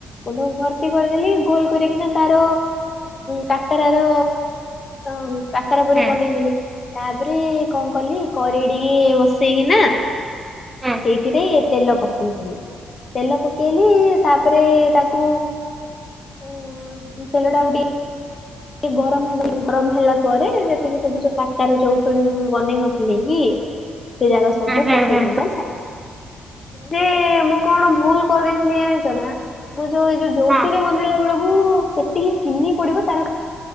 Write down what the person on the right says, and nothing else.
ହୁଁ
ହୁଁ
ହୁଁ
ହୁଁ
ହଁ।